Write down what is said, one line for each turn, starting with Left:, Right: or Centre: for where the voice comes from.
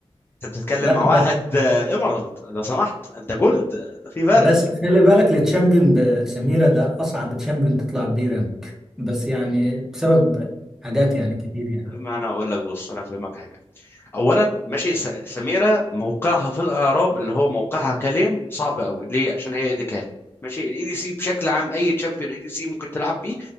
Left: انت بتتكلم
Centre: لا
Left: مع
Centre: بس
Left: واحد آه، ايمرالد لو سمحت انت جولد في فرق
Centre: بس خلي بالك التشامبيون بسميرة ده اصعب تشامبيون تطلع بيه رانك بس يعني بسبب حاجات يعني كتير يعني
Left: ما انا اقول لك بص انا افهمك حاجة اولا ماشي س- سميره موقعها في الاعراب اللي هو موقعها كلام صعب قوي ليه عشان هي ايديكاري ماشي الاي دي سي بشكل عام اي تشامبيون اي دي سي ممكن تلعب بيه